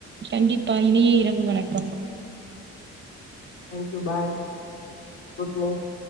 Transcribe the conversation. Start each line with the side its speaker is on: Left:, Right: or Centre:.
Right: கண்டிப்பா இனிய இரவு வணக்கம்
Left: தேங்க்யூ பாய் குட்னைட்